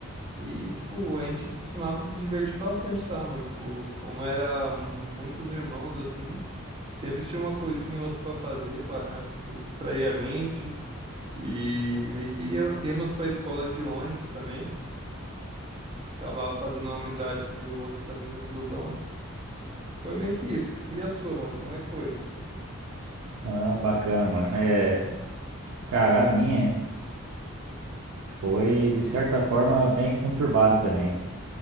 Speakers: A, on the right; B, on the right.
A: E, tipo, a gente costumava se divertir bastante lá, mano. Tipo, como era mu- muitos irmãos, assim, sempre tinha uma coisinha ou outra pra fazer, pra, tipo, distrair a mente. E meio que ia- íamos pra escola de ônibus também. Acabava fazendo uma amizade e outra também dentro do busão. Foi meio que isso. E a sua, mano? Como é que foi?
B: Ah, bacana, mano. É, cara, a minha foi de certa forma bem conturbada também,